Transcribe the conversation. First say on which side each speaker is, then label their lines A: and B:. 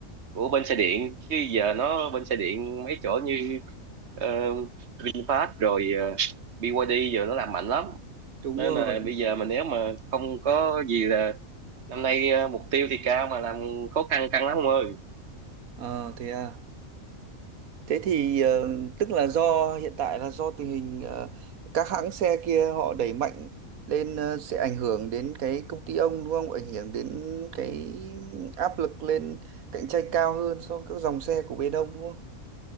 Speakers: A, on the right (about 55°); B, on the right (about 90°).
A: của bên xe điện chứ giờ nó bên xe điện mấy chỗ như ờ, VinFast rồi ờ, BYD giờ nó làm mạnh lắm
B: đúng
A: nên
B: rồi.
A: là bây giờ mà nếu mà không có gì là năm nay ờ, mục tiêu thì cao mà làm khó khăn căng lắm ông ơi
B: Ờ, thế à. Thế thì ờ, tức là do hiện tại là do tình hình ờ, các hãng xe kia họ đẩy mạnh lên ờ, sẽ ảnh hưởng đến cái công ty ông đúng không? Ảnh hưởng đến cái áp lực lên cạnh tranh cao hơn so với các dòng xe của bên ông đúng